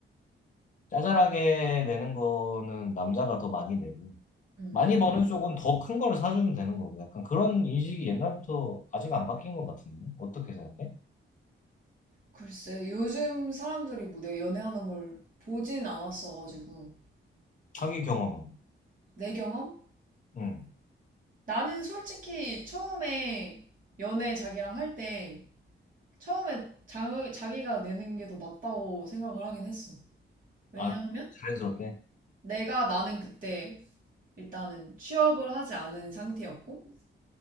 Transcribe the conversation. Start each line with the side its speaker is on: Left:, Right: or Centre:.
Left: 짜잘하게 내는 거는 남자가 더 많이 내고
Right: 음.
Left: 많이 버는 쪽은 더 큰 거를 사주면 되는 거고, 약간 그런 인식이 옛날부터 아직 안 바뀐 것 같은데? 어떻게 생각해?
Right: 글쎄, 요즘 사람들이 뭐 내가 연애하는 걸 보진 않았어가지고.
Left: 자기 경험은.
Right: 어. 내 경험?
Left: 응.
Right: 나는 솔직히 처음에 연애 자기랑 할 때 처음에 자, 자기가 내는 게 더 맞다고 생각을 하긴 했어. 왜냐하면
Left: 아, 자연스럽게.
Right: 내가 나는 그때 일단은 취업을 하지 않은 상태였고